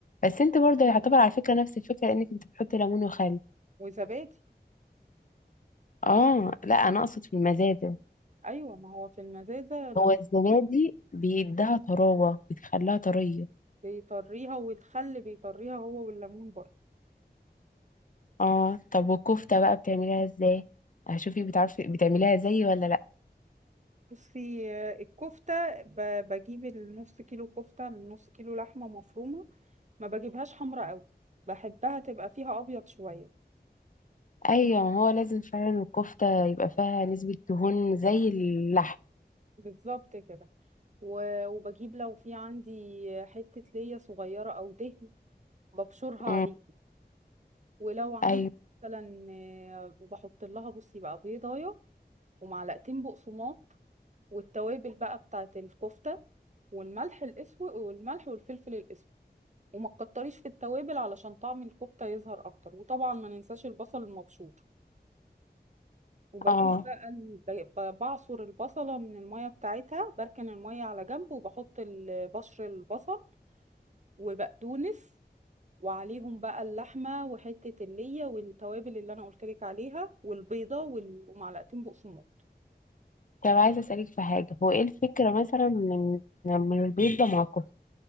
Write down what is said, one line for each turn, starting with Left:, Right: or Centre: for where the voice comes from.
Left: بس انت برضه يعتبر على فكره نفس الفكره انك انت بتحطي ليمون وخل
Right: وزبادي
Left: اه لا انا اقصد في المزازه
Right: ايوه ما هو في المزازه لو
Left: هو الزبادي بيديها طراوه بتخليها طريه
Right: بيطريها والخل بيطريها هو والليمون برضه
Left: اه طب والكفتة بقى بتعمليها ازاي هشوفي بتعرفي بتعمليها زي ولا لا
Right: بصي آه، الكفته ب- بجيب النص كيلو كفته النص كيلو لحمه مفرومه ما بجيبهاش حمرا قوي بحبها تبقى فيها ابيض شويه
Left: ايوه ما هو لازم فعلا الكفتة يبقى فيها نسبة دهون زي اللحم
Right: بالظبط كده و- وبجيب لو في عندي حته ليا صغيره او دهن ببشرها
Left: مم.
Right: عليه ولو عندي
Left: ايوه
Right: مثلا آه، وبحط لها بصي بقى بيضايه ومعلقتين بقسماط والتوابل بقى بتاعه الكفته والملح الاسود والملح والفلفل الاسود وما تكتريش في التوابل علشان طعم الكفته يظهر اكتر وطبعا ما ننساش البصل المبشور وبجيب
Left: اه
Right: بقى ال- ب- ب- بعصر البصله من الميه بتاعتها بركن الميه على جنب وبحط ال- بشر البصل وبقدونس وعليهم بقى اللحمة وحتة اللية والتوابل اللي أنا قلتلك عليها والبيضة وال- ومعلقتين بقسماط
Left: طب عايزة اسألك في حاجة هو ايه الفكرة مثلا من من البيضة مع الكفتة